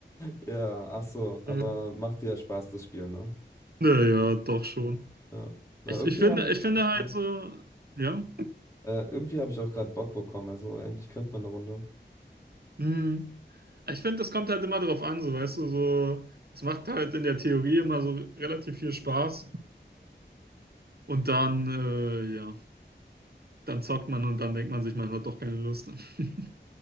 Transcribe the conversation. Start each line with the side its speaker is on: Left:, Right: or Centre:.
Left: Ja, ach so, aber
Right: Äh,
Left: macht dir ja Spaß, das Spiel, ne?
Right: Naja, doch schon.
Left: Ja. Ja. Na,
Right: Ich,
Left: irgendwie
Right: ich finde,
Left: habe ich
Right: ich
Left: ja.
Right: finde halt
Left: ja.
Right: so, ja,
Left: Äh, irgendwie habe ich auch gerade Bock bekommen, also eigentlich könnte man eine Runde.
Right: hm, ich finde, das kommt halt immer darauf an, so, weißt du, so, es macht halt in der Theorie immer so relativ viel Spaß und dann, äh, ja, dann zockt man und dann denkt man sich, man hat doch keine Lust. <laughs>